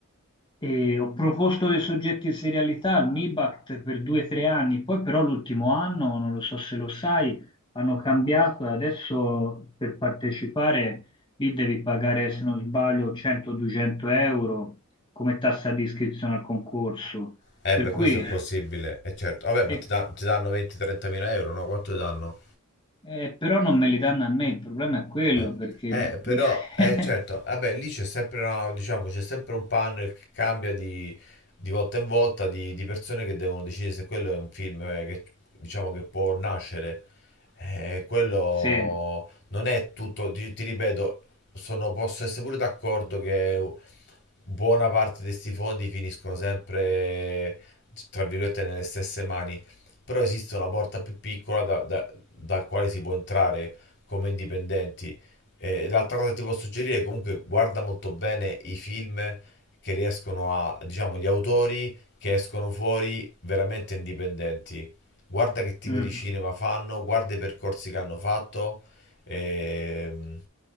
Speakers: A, on the left; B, on the left.
A: E ho proposto dei soggetti in serialità al MIBACT per due o tre anni, poi però l'ultimo anno, non lo so se lo sai, hanno cambiato e adesso per partecipare lì devi pagare, se non sbaglio, 100-200 euro come tassa di iscrizione al concorso.
B: Eh
A: Per
B: beh,
A: cui,
B: questo è possibile, è certo. Vabbè, ma
A: Eh, e-
B: ti, dan- ti danno 20-30 mila euro, no? Quanto ti danno?
A: eh, però non me li danno a me, il problema è quello
B: Eh,
A: perché...
B: Eh,
A: <laughs>
B: però, eh, certo, vabbè, lì c'è sempre, una- diciamo, c'è sempre un panel che cambia di, di volta in volta di, di persone che devono decidere se quello è un film eh, che, diciamo, che può nascere. Eh, quello
A: Sì.
B: non è tutto, ti, ti ripeto, sono, posso essere pure d'accordo che buona parte di questi fondi finiscono sempre, tra virgolette, nelle stesse mani, però esiste una porta più piccola da- da- dal quale si può entrare come indipendenti. Eh, l'altra cosa che ti posso suggerire è comunque guarda molto bene i film che riescono a, diciamo, gli autori che escono fuori veramente indipendenti. Guarda che tipo
A: Mm.
B: di cinema fanno, guarda i percorsi che hanno fatto, ehm,